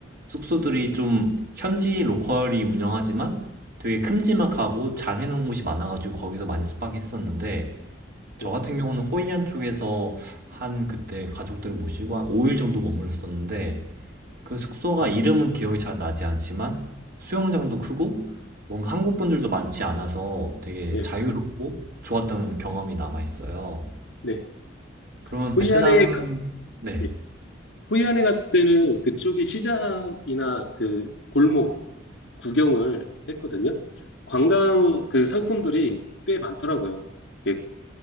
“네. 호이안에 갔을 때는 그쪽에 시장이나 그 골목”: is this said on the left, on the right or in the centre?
Left